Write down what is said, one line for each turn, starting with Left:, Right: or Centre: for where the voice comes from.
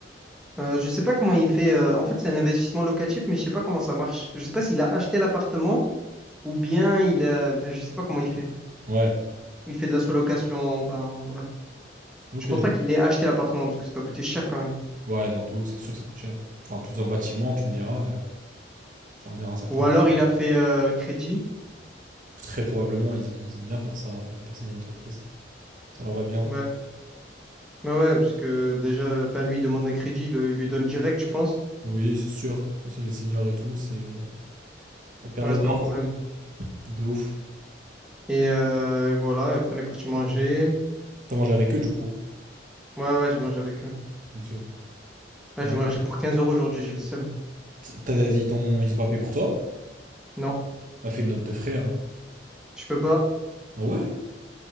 Centre: euh, je sais pas comment il fait. euh, en fait, c'est un investissement locatif, mais je sais pas comment ça marche. Je sais pas s'il a acheté l'appartement ou bien il a. Enfin, je sais pas comment il fait.
Right: Ouais.
Centre: Il fait de la sous-location, enfin, bref.
Right: Ok.
Centre: Je pense pas qu'il ait acheté l'appartement parce que ça doit coûter cher quand même.
Right: Ouais, dans tout, c'est sûr que ça coûte cher. Enfin, tout un bâtiment, tu me diras, euh, ça revient à un certain
Centre: Ou
Right: prix.
Centre: alors il a fait euh, crédit.
Right: Très probablement, ils, ils aiment bien faire ça, les personnes de l'entreprise. Ça leur va bien.
Centre: Ouais. Ouais, ouais, parce que déjà, enfin, lui, il demande un crédit, il, le- il lui donne direct, je pense.
Right: Oui, c'est sûr. Ça, c'est les seniors et tout, c'est euh, la perle
Centre: Ouais, c'est
Right: d'or.
Centre: pas un problème.
Right: De ouf.
Centre: Et euh, et voilà, et après, on est parti manger.
Right: T'as mangé avec eux, du coup.
Centre: Ouais, ouais, j'ai mangé avec eux.
Right: Ok.
Centre: Ouais,
Right: Ouais.
Centre: j'ai mangé pour 15 euros aujourd'hui, j'ai le seum.
Right: T'as- t'as- ils t'ont, ils ont pas payé pour toi?
Centre: Non,
Right: Bah, fais une note de frais, hein.
Centre: je peux pas.
Right: Ah ouais?